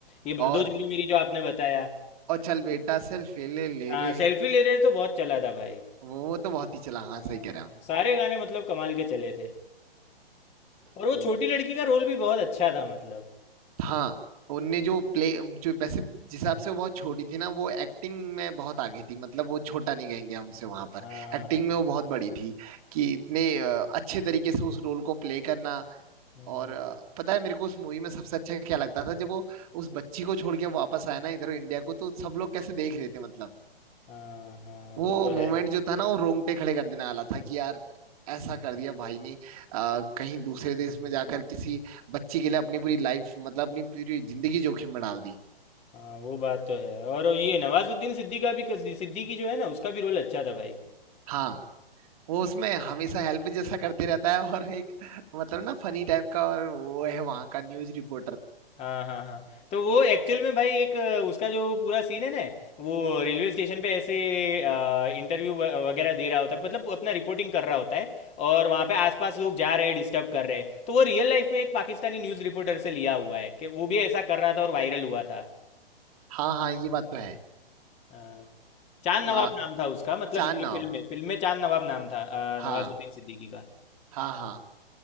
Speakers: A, on the left (about 20°); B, on the right (about 35°).
A: ये बरदो
B: और
A: जोली मेरी जो आपने बताया
B: और चल बेटा सेल्फी ले ले
A: हाँ
B: रे
A: सेल्फी ले रहे तो बहुत चला था भाई
B: वो वो तो बहुत ही चला हाँ
A: हाँ,
B: सही कह रहे हैं
A: सारे गाने मतलब कमाल के चले थे
B: आप
A: और वो छोटी लड़की का रोल भी बहुत अच्छा था मतलब
B: हाँ उनने जो प्ले जो वैसे जिस हिसाब से वो बहुत छोटी थी ना वो एक्टिंग में बहुत आगे थी मतलब वो छोटा नहीं कहेंगे हम उसे वहां पर
A: हाँ
B: एक्टिंग
A: हाँ
B: में वो बहुत बड़ी थी कि इतने अ, अच्छे तरीके से उस रोल को प्ले करना
A: हम्म,
B: और अ, पता है मेरे को उस मूवी में सबसे अच्छा क्या लगता था जब वो उस बच्ची को छोड़ के वापस आया ना इधर इंडिया को तो सब लोग कैसे देख रहे थे मतलब
A: हाँ हाँ
B: वो
A: वो तो
B: मोमेंट
A: है
B: जो था ना वो रोंगटे खड़े कर देने वाला था कि यार ऐसा कर दिया भाई ने आ, कहीं दूसरे देश में जाकर किसी बच्ची के लिए अपनी पूरी लाइफ मतलब अपनी पूरी जिंदगी जोखिम में डाल दी
A: हाँ वो बात तो है और ये नवाजुद्दीन सिद्दीकी का भी सिद्दीकी जो है ना उसका भी रोल अच्छा था भाई
B: हाँ वो उसमें हमेशा हेल्प जैसा करते रहता है और एक मतलब ना फनी टाइप का और वो है वहां का न्यूज रिपोर्टर
A: हाँ, हाँ, हाँ। तो वो एक्चुअल में भाई एक अ, उसका जो पूरा सीन है ना वो रेलवे स्टेशन पे ऐसे इंटरव्यू वगैरह दे रहा होता है मतलब अपना रिपोर्टिंग कर रहा होता है और वहाँ पे आसपास लोग जा रहे हैं डिस्टर्ब कर रहे हैं तो वो रियल लाइफ में एक पाकिस्तानी न्यूज़ रिपोर्टर से लिया हुआ है कि वो भी ऐसा कर रहा था और वायरल हुआ था
B: हाँ हाँ ये बात तो है
A: हाँ। चांद
B: आ,
A: नवाब नाम था उसका मतलब
B: चांद
A: ये
B: नवाब
A: फिल्म में फिल्म में चांद नवाब नाम था
B: हाँ
A: अ, नवाजुद्दीन सिद्दीकी का
B: हाँ हाँ